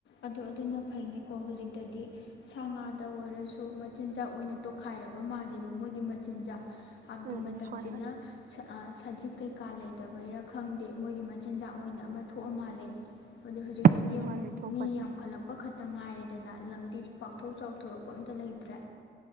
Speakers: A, on the left (about 65°); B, on the right (about 45°).
A: ꯑꯗꯣ ꯑꯗꯨꯅ ꯐꯩꯅꯦ ꯀꯣ ꯍꯧꯖꯤꯛꯇꯗꯤ ꯁꯥ ꯉꯥꯗ ꯑꯣꯏꯔꯁꯨ ꯃꯆꯤꯟꯖꯥꯛ ꯑꯣꯏꯅ ꯇꯣꯈꯥꯏꯔꯕ ꯃꯥꯜꯂꯦꯕ ꯃꯣꯏꯒꯤ ꯃꯆꯤꯟꯖꯥꯛ ꯍꯥꯏꯕꯗꯤ
B: ꯎꯝ
A: ꯃꯇꯝꯁꯤꯅ
B: ꯎꯝ ꯍꯣꯏ ꯍꯣꯏ
A: ꯑ ꯁ ꯁꯖꯤꯛ ꯀꯩꯀꯥ ꯂꯩꯇꯕꯩꯔꯥ ꯈꯪꯗꯦ ꯃꯣꯏꯒꯤ ꯃꯆꯤꯟꯖꯥꯛ ꯑꯣꯏꯅ ꯑꯃ ꯊꯣꯛꯑ ꯃꯥꯜꯂꯦ ꯑꯗꯨ
B: ꯎꯝ
A: ꯗꯗꯤ
B: ꯎꯝ
A: ꯌꯦꯡꯉꯨ
B: ꯍꯣꯏ ꯍꯣꯏ ꯊꯣꯛꯄꯅꯤ
A: ꯃꯤ ꯌꯥꯝꯈꯠꯂꯛꯄ ꯈ ꯑꯃꯇ ꯉꯥꯏꯔꯦꯗꯅ ꯂꯝꯗꯤ ꯄꯥꯛꯊꯣꯛ ꯆꯥꯎꯊꯣꯔꯛꯄ ꯑꯝꯇ ꯂꯩꯇ꯭ꯔꯦ